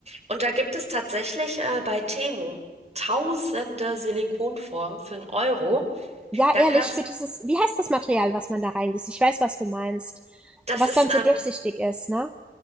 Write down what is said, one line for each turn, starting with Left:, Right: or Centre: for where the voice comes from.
Right: Und da gibt es tatsächlich äh, bei Temu tausende Silikonformen für einen Euro.
Centre: Ja,
Right: Da
Centre: ehrlich,
Right: kannst,
Centre: für dieses, wie heißt das Material, was man da reingießt? Ich weiß, was du meinst.
Right: das
Centre: Was
Right: ist
Centre: dann so
Right: äh,
Centre: durchsichtig ist, ne?